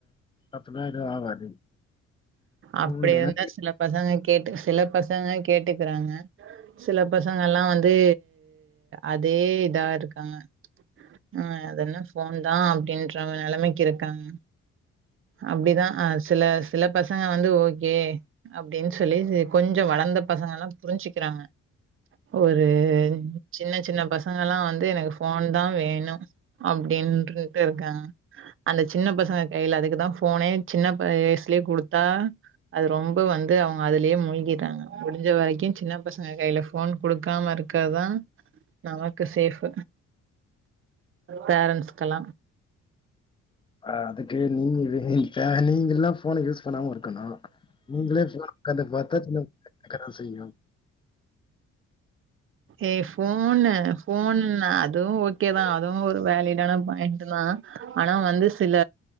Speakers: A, on the left; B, on the right.
A: அப்டிலா எதுவு ஆகாது ஃபோன்லனா
B: அப்டி இருந்தா சில பசங்க கேட்டு சில பசங்க கேட்டுக்குறாங்க சில பசங்கள்லா வந்து அதே இதா இருக்காங்க ஆ அதென ஃபோன் தா அப்டின் ற நெலமைக்கு இருக்காங்க அப்டிதா அ சில சில பச் சங்க வந்து ஓகே அப்டின்னு சொல்லி செ கொஞ்சோ வளந்த பசங்களா புரிஞ்சுக்குறாங்க ஒரு சின்ன சின்ன பசங்கள்லா வந்து எனக்கு ஃபோன் தா வேணு அப் டின்ட்டுருக்கு இருக்காங்க அந்த சின்ன பசங்க கையில அதுக்கு தா ஃபோனே சின்ன வயசுலயே குடுத் தா அது ரொம்ப வந்து அவங்க அதுலயே மூழ்கிட்றாங்க முடிஞ்ச வரைக்கு சின்ன பசங்க கையில ஃபோன் குடுக்காம இருக்கதா நமக்கு சேஃப் பேரண்ட்ஸ்கெல்லா
A: அ அதுக்கு நீங்க <unintelligible> நீங்கல்லா ஃபோன யூஸ் பண்ணாம இருக் க்கனு நீங்களே ஃபோன் உக்காந்து பாத்தா சின்ன <inaudible> கேக்கதா செய்யு
B: ஏ ஃபோன்னு ஃபோனு நா அதுவு ஓகேதா அதுவு ஒரு வேலிடான பாயிண்ட் தா ஆனா வந்து சில